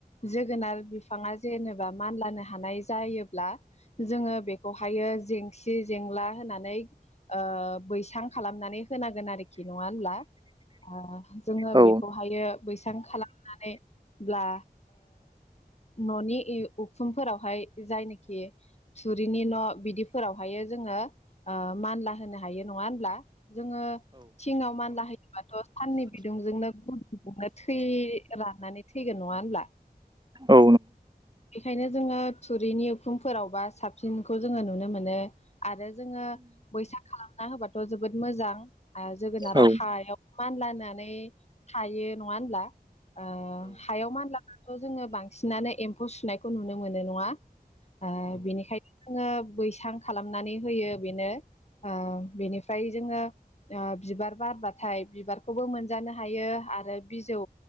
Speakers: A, on the left; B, on the right.
A: जोगोनार बिफाङा जेनेबा मानलानो हानाय जायोब्ला जोङो बेखौहायो जेंसि जेंला होननानै ओ बैसां खालामनानै होनांगोन आरोखि नङा होनब्ला आ जोङो
B: औ
A: बेखौहायो बैस बखालामनानैब्ला न'नि उखुमफोरावहाय जायनोखि थुरिनि न' बिदिफोरावहाय जोङो ओ मानला होनो हायो नङा होनब्ला जोङो थिङाव मानला होयोबाथ' सानननि बिदुंजोंनो गदुंजोंनो थै राननानै थैगोन नङा होनब्ला
B: औ
A: बेखायनो जोङो थुरिनि उखुमफोरावबा साबसिनखौ जोङो नुनो मोनो आरो जों बैसां खालामना होबाथ' जोबोद मोजां जोगोनारा
B: नंगौ
A: हायाव मानलानानै थायो नङा होनब्ला ओ हायाव मानलाबथ' जोङो बांसिनानो खौ सुनायखौ नुनो मोनो नङा ओ बिनिखायनो जोङो बैसां खालामनानै होयो बेनो ओ बेनिफ्राय जोङो ओ बिबार बारबाथाय बिबारखौबो मोनजानो हायो आरो बिजौ